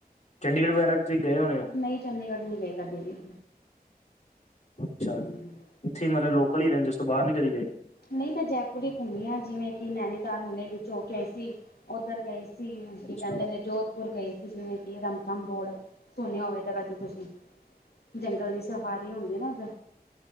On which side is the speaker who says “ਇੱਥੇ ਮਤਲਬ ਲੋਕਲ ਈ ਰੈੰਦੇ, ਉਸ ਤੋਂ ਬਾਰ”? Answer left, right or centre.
Left